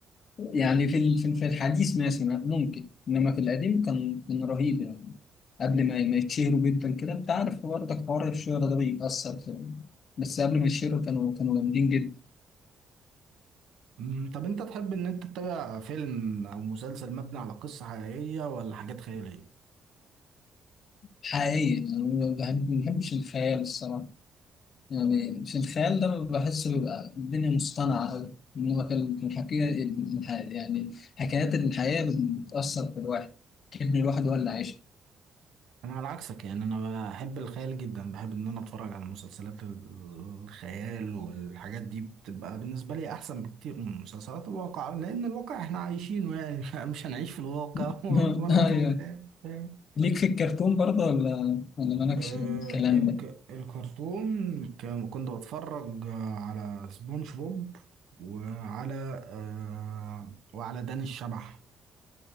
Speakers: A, on the left; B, on the right.
A: يعني في ال- في ال- في الحديث ماشي ما- ممكن انما في القديم كان كان رهيب يعني قبل ما ما يتشهروا جدا كده انت عارف برضك حوار الشهرة ده بيأثر في بس قبل ما يتشهروا كانوا كانوا جامدين جدا
B: مم، طب انت تحب ان انت تتابع فيلم او مسلسل مبني على قصة حقيقية ولا حاجات خيالية
A: حقيقي يعني ما بحب- ما بحبش الخيال الصراحه يعني في الخيال ده بحس بيبقى الدنيا مصطنعة أوي إنما كان في الحكاية الح- يعني حكايات الحياة بتأثر في الواحد كأن الواحد هو اللي عايشها
B: انا على عكسك يعني انا بحب الخيال جدا بحب ان انا اتفرج على مسلسلات الخيال والحاجات دي بتبقى بالنسبه لي احسن بكتير من مسلسلات الواقع لان الواقع احنا عايشينه يعني <laughs> مش هنعيش في الواقع
A: <laughs>
B: <laughs> ولا
A: أيوه
B: انت الخيال فاهم
A: ليك في الكرتون برضه ولا ولا مالكش
B: آه،
A: بالكلام
B: الك...
A: ده
B: الكرتون كان- كنت بتفرج آه، على سبونج بوب وعلى آه، وعلى داني الشبح